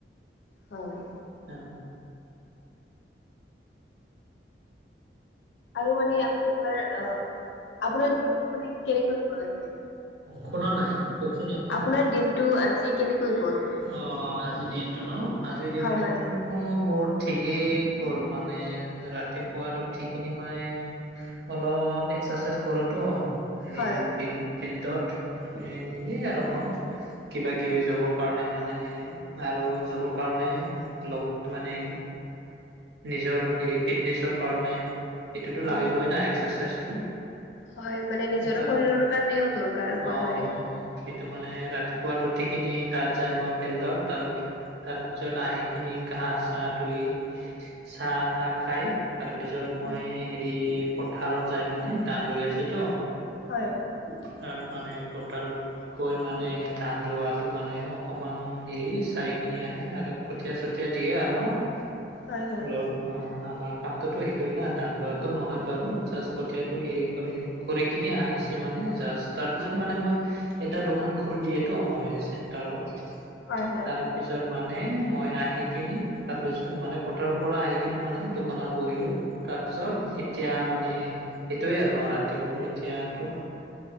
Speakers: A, on the left; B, on the right.
A: হয়।
B: অ।
A: আৰু মানে আপোনাৰ অ আপোনাৰ <unintelligible> মানে কেনেকৈ কৰে <unintelligible>
B: শুনা নাই। কওকচোন আকৌ।
A: আপোনাৰ দিনটো আজি কেনেকৈ গ'ল?
B: অ আজিৰ দিনটো ন? আজিৰ দিনটোত
A: হয় হয়
B: <unintelligible> মোৰ ঠিকেই গ'ল মানে ৰাতিপুৱা উঠি খিনি মায়ে অলপ এক্সৰচাইজ কৰোতো। হেৰি
A: হয়
B: ফিল ফিল্ডত মানে এনেই আৰু মই কিবা কিবি জবৰ কাৰণে মানে আৰু জবৰ কাৰণে লগ মানে নিজৰ হেৰি ফিটনেচৰ কাৰণে এইটোতো
A: হয়
B: লাগিবই
A: হয়
B: না এক্সাৰচাইজটো।
A: হয় মানে নিজৰ
B: তাত
A: শৰীৰৰ কাৰণেও দৰকাৰ কোৱা
B: অ
A: দৰে।
B: অ অ সেইটো মানে ৰা তিপুৱাত উঠি কিনি তাত যাই মই ফিল্ডত তাৰো তাৰ পিছত আহি কিনি ঘা চা ধুই চাহ তাহ খাই তাৰপিছত মই
A: হয়।
B: হেৰি পথাৰত যাই মানে ধান ৰুই আছো তো?
A: হয়।
B: তাৰ মানে পথাৰত গৈ মানে ধান ৰোৱাটো মানে অকমান হেৰি চাইখিনি আহে আৰু কঠীয়া - চঠীয়া দিয়ে আৰু ন।
A: হয় হয়
B: হেল্ল'? অ আমাৰ কামটোতো সেইটোয়ে না, ধান ৰোৱাটো নহয় বাৰু জাছ কঠিয়াটো হেৰি কৰে। কৰি কিনি আহিছে মানে জাছ তাৰ পিছত মানে মই এটা দোকান খুুড়ী দিয়েতো মই চেণ্টাৰত
A: হয় হয়
B: তাৰ পিছত মানে মই আহি কিনি তাৰ পিছত মানে পথাৰৰ পৰা আহি কিনে মানে দোকানত বহিলো। তাৰপিছত এতিয়া মানে এইটোয়ে আৰু ন ৰাতি হল এতিয়াতো।